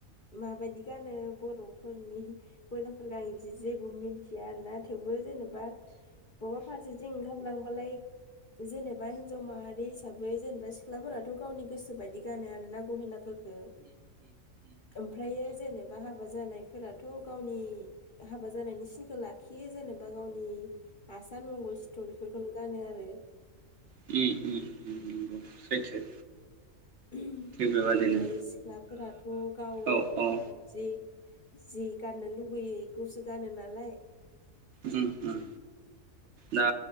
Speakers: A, on the left; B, on the right.
A: माबादि गानो बर'फोरनि गहेनाफोरखो आं इदि जेबो मिथिया आरोना थेवबो जेनेबा बवाबा फारसेथिं ओंखारलांबालाय जेनेबा हिनजाव माहारि। हिसाबै जेनेबा सिख्लाफोराथ' गावनि गोसो बायदि गानो आरो ना गहेनाफोर। गो ओमफ्रायो जेनेबा हाबाज। जानायफोराथ' गावनि हाबा जानायनि सिनखो लाखियो जेनेबा गावनि। आसान मंगल सित्र बिफोरखोनो गानो आरो।
B: कि ओम। नंगौ सैथो।
A: ओमफ्राय
B: थिग बेबादिनो
A: सिख्लाफोराथ' गाव
B: औ औ
A: जि। जि गाननो लुब। बैयो इखौसो गानो नालाय। <inaudible>
B: उम उम दा